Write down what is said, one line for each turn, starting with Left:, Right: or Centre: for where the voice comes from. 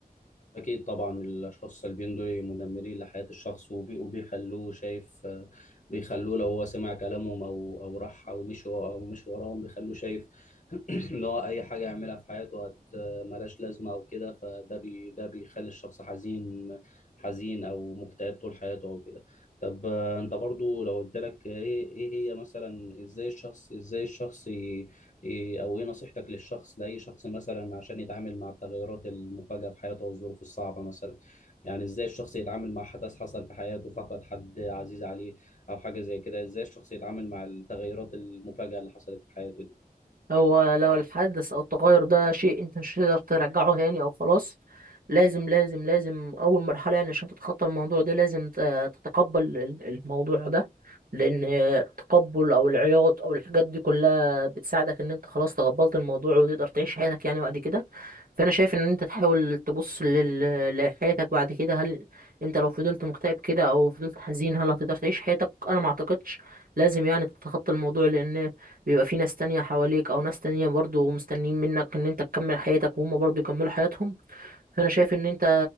Left: أكيد طبعا الأشخاص السلبيين دول مدمرين لحياة الشخص وبي- وبيخلوه شايف بيخلوه لو هو سمع كلامهم أو أو راح أو مشي و- أو مشي وراهم بيخلوه شايف <clears throat> إن هو أي حاجة يعملها في حياته هت- ملهاش لازمة أو كده فده بي ده بيخلي الشخص حزين حزين أو مكتئب طول حياته أو كده طب آه، أنت برضو لو قلت لك إيه إيه هي مثلا إزاي الشخص إزاي الشخص إيه او ايه نصيحتك للشخص لاي شخص مثلا عشان يتعامل مع التغيرات المفاجئه في حياته والظروف الصعبه مثلا يعني ازاي الشخص يتعامل مع حدث حصل في حياته فقد حد عزيز عليه او حاجه زي كده ازاي الشخص يتعامل مع التغيرات المفاجئه اللي حصلت في حياته دي
Right: هو لو الحدث او التغير ده شيء انت مش هتقدر ترجعه تاني او خلاص لازم لازم لازم اول مرحله يعني عشان تتخطى الموضوع ده لازم ت- تتقبل ال- الموضوع ده لان التقبل او العياط او الحاجات دي كلها بتساعدك ان انت خلاص تقبلت الموضوع وتقدر تعيش حياتك يعني بعد كده فانا شايف ان انت تحاول تبص لل- لحياتك بعد كده هل انت لو فضلت مكتئب كده او فضلت حزين هل هتقدر تعيش حياتك انا ما اعتقدش لازم يعني تتخطى الموضوع لان بيبقى في ناس تانية حواليك او ناس تانية برضو مستنيين منك ان انت تكمل حياتك وهم برضو يكملوا حياتهم فانا شايف ان انت